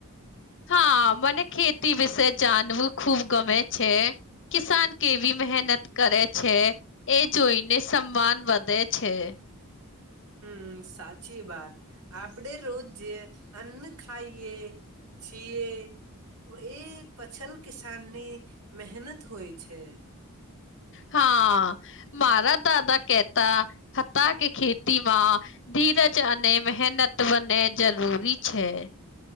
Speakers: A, on the left (about 60°); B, on the right (about 80°).
A: હા મને ખેતી વિશે જાણવું ખુબ ગમે છે. કિસાન કેવી મહેનત કરે છે. એ જોઈને સમાન વધે છે.
B: હમ્મ સાચી બાત આપડે રોજ જે અન્ન ખાઈએ છીએ એ પછલ કિસાન ની મહેનત હોય છે.
A: હા મારા દાદા કેતા હતા કે ખેતીમાં ધીરજ અને મહેનત બને જરૂરી છે.